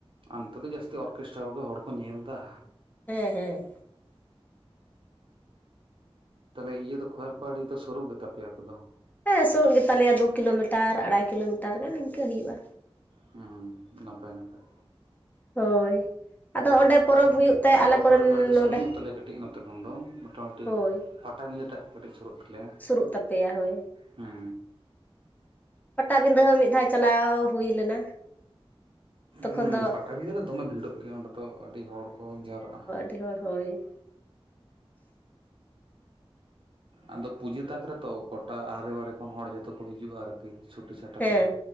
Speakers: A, on the right (about 55°); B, on the left (about 15°).
A: ᱟᱨ ᱱᱚᱛᱮ ᱫᱚ ᱡᱟᱹᱥᱛᱤ ᱚᱨᱠᱮᱥᱴᱨᱟ ᱠᱚᱜᱮ ᱦᱚᱲ ᱠᱚ ᱧᱮᱞ ᱫᱟ᱾
B: ᱦᱮᱸ ᱦᱮᱸ᱾
A: ᱛᱟᱦᱞᱮ ᱤᱭᱟᱹ ᱫᱚ ᱠᱷᱚᱭᱮᱨᱯᱟᱷᱟᱲᱤ ᱫᱚ ᱥᱳᱨᱳᱜ ᱜᱮᱛᱟ ᱯᱮᱭᱟ ᱟᱯᱮ ᱫᱚ?
B: ᱦᱮᱸ ᱥᱩᱨᱩᱜ ᱜᱮᱛᱟᱞᱮᱭᱟ ᱫᱩ ᱠᱤᱞᱳᱢᱤᱴᱟᱨ ᱟᱲᱟᱭ ᱠᱤᱞᱳᱢᱤᱴᱟᱨ ᱜᱟᱱ ᱤᱱᱠᱟᱹ ᱦᱩᱭᱩᱜᱼᱟ᱾
A: ᱦᱩᱸ ᱱᱟᱯᱟᱭ ᱱᱟᱯᱟᱭ᱾
B: ᱦᱳᱭ ᱟᱫᱚ ᱚᱸᱰᱮ ᱯᱚᱨᱚᱵᱽ ᱦᱩᱭᱩᱜ ᱛᱮ ᱟᱞᱮ
A: ᱫᱚ ᱠᱷᱚᱭᱮᱨᱯᱟᱲᱤ
B: ᱠᱚᱨᱮᱱ
A: ᱫᱚ ᱥᱟᱺᱜᱤᱧ
B: ᱱᱚᱰᱮ
A: ᱧᱚᱜ ᱛᱟᱞᱮᱭᱟ ᱠᱟᱹᱴᱤᱡ ᱱᱚᱛᱮ ᱠᱷᱚᱱ ᱫᱚ ᱢᱳᱴᱟᱢᱩᱴᱤ
B: ᱦᱳᱭ
A: ᱯᱟᱴᱟᱵᱤᱸᱫᱷᱟᱹ ᱴᱟᱜ ᱠᱟᱹᱴᱤᱡ ᱥᱩᱨᱩᱜ ᱛᱟᱞᱮᱭᱟ᱾᱾
B: ᱥᱩᱨᱩᱜ ᱛᱟᱯᱮᱭᱟ ᱦᱳᱭ
A: ᱦᱩᱸ᱾
B: ᱯᱟᱴᱟᱵᱤᱱᱫᱟᱹ ᱦᱚᱸ ᱢᱤᱫ ᱫᱷᱟᱣ ᱪᱟᱞᱟᱣ ᱦᱩᱭ ᱞᱮᱱᱟ᱾ ᱛᱚᱠᱷᱚᱱ
A: ᱦᱩᱸ
B: ᱫᱚ
A: ᱯᱟᱴᱟᱵᱤᱸᱫᱷᱟᱹ ᱨᱮ ᱫᱚᱢᱮ ᱵᱷᱤᱲᱚᱜ ᱜᱮᱭᱟ ᱚᱸᱰᱮ ᱫᱚ ᱟᱹᱰᱤ ᱦᱚᱲ ᱠᱚ ᱡᱟᱣᱨᱟᱜ-ᱟ᱾
B: ᱟᱰᱤ ᱦᱚᱲ ᱦᱚᱭ᱾
A: ᱟᱫᱚ ᱯᱩᱡᱟᱹ ᱛᱟᱠ ᱨᱮᱛᱚ ᱜᱚᱴᱟ ᱟᱦᱞᱮ ᱵᱟᱦᱨᱮ ᱠᱷᱚᱱ ᱦᱚᱲ ᱡᱷᱚᱛᱚ ᱠᱚ ᱦᱤᱡᱩᱜᱼᱟ ᱟᱨᱠᱤ᱾ ᱪᱷᱩᱴᱤ ᱪᱷᱟᱴᱟ
B: ᱦᱮᱸ
A: ᱠᱚᱨᱮ,